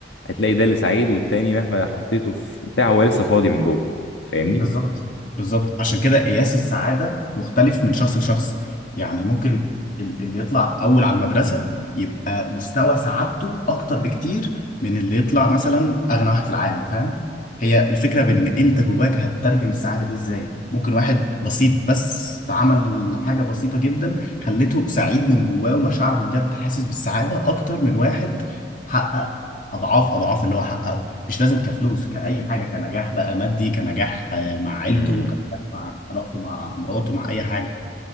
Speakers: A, on the left; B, on the left.
A: هتلاقي ده اللي سعيد والتاني مهما حطيته في بتاع هو لسه فاضي من جوه فاهمني؟
B: بالظبط بالظبط عشان كده قياس السعادة مختلف من شخص لشخص يعني ممكن ال- اللي يطلع أول على المدرسة يبقى مستوى سعادته أكتر بكتير من اللي يطلع مثلا أغنى واحد في العالم فاهم هي الفكرة بإن أنت جواك هتترجم السعادة دي إزاي ممكن واحد بسيط بس فعمل حاجة بسيطة جدا خلته سعيد من جواه ومشاعره بجد حاسس بالسعادة أكتر من واحد حقق اضعاف اضعاف اللي هو حققه مش لازم كفلوس كأي حاجة كنجاح بقى مادي كنجاح آه، مع عيلته
A: امم
B: كنجاح مع علاقته مع مراته مع اي حاجة